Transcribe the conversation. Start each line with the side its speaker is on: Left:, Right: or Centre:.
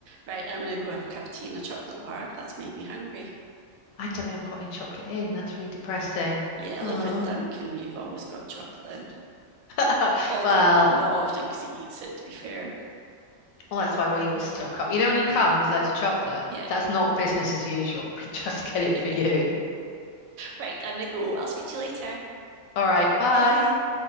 Right: Right, I'm going to go have a cup of tea and a chocolate bar. That's made me hungry.
Left: I don't think I've got any chocolate in. That's really depressing.
Right: Yeah, I
Left: Oh,
Right: live with Duncan. You've always got chocolate in,
Left: <laughs>
Right: although
Left: well,
Right: not
Left: well,
Right: often because he eats it, to be fair.
Left: that's why we always stock up. You know, when you come and there's loads of chocolate,
Right: Yeah.
Left: that's not business as usual. <laughs> We just get
Right: <laughs>
Left: it for you.
Right: right, I'm going to go. I'll speak to you later.
Left: All right, bye.
Right: Bye.